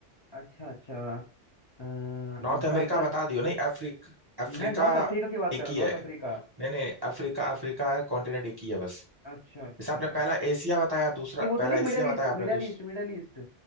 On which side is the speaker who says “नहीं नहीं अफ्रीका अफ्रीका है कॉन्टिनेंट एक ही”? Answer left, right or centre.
Right